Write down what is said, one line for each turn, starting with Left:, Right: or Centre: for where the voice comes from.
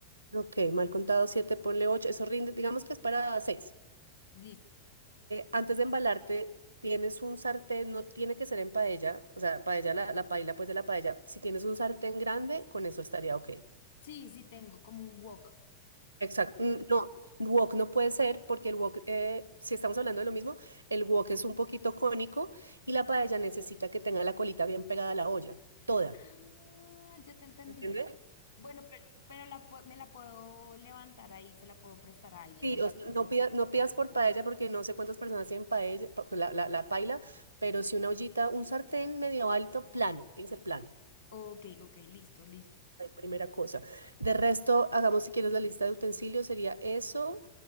Right: Ok, mal contado 7 ponle 8, eso rinde, digamos que es para 6.
Left: Listo.
Right: antes de embalarte, tienes un sartén, no tiene que ser en paella, o sea, paella, la, la paila pues de la paella. Si tienes un sartén grande, con eso estaría ok.
Left: Sí, sí, tengo como un wok.
Right: Exacto, mm, no, wok no puede ser porque el wok, eh, si estamos hablando de lo mismo, el wok es un poquito cónico y la paella necesita que tenga la colita bien pegada a la olla, toda.
Left: Ah, ya te entendí.
Right: ¿Entiendes?
Left: Bueno, pero, pero la, pu- me la puedo levantar ahí, se la puedo prestar a alguien.
Right: Sí,
Left: Una...
Right: o sea, no pidas, no pidas por paella porque no sé cuántas personas tienen paella, pa- pues, la, la, la paila, pero si una ollita, un sartén medio alto, plano, tiene que ser plano,
Left: Ok, ok, listo, listo.
Right: la primera cosa. De resto, hagamos si quieres la lista de utensilios, sería eso,